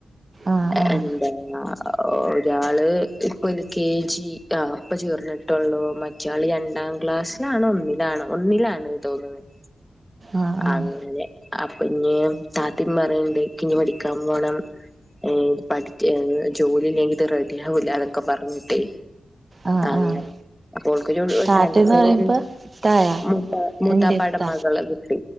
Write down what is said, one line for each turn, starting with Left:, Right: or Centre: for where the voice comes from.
Right: ആഹ്
Centre: എ എന്താ ഒരാള് ഇപ്പൊ കെ ജി ആ പ്പൊ ചേർന്നിട്ടുള്ളൂ മറ്റ്യാള് രണ്ടാം ക്ലാസ്സിലാണൊന്നി ലാണോ ഒന്നിലാണ് തോന്നുന്നത്
Right: ആഹ് ആഹ്
Centre: അങ്ങനെ അപ്പൊ ഇനീം താത്തേം പറയണ്ട് ക്കിനീ പഠിക്കാൻ പോണം ഏ പഠിക്ക എ ജോലിയില്ലെങ്കിത് റെഡിയാവൂല്ല തൊക്കെ പറഞ്ഞിട്ടേ
Right: ആഹ്
Centre: അങ്ങനെ
Right: ആഹ്
Centre: ഓൾക്കൊരു <unintelligible>
Right: താത്തന്ന് പറയുമ്പോ ഇത്തായ
Centre: മൂത്ത മൂത്താപ്പാടെ
Right: എന്റെ ഇത്ത
Centre: മകള കുട്ടി